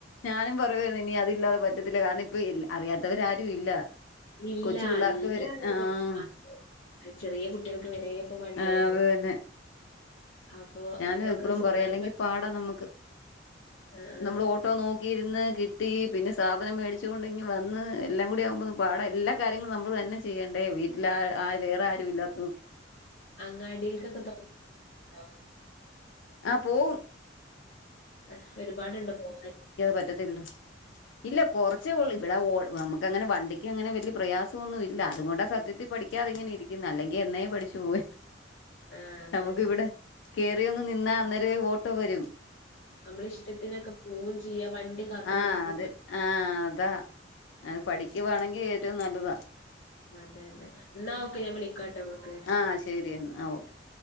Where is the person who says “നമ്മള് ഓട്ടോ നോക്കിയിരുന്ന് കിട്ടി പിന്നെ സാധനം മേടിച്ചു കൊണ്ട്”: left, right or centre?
Left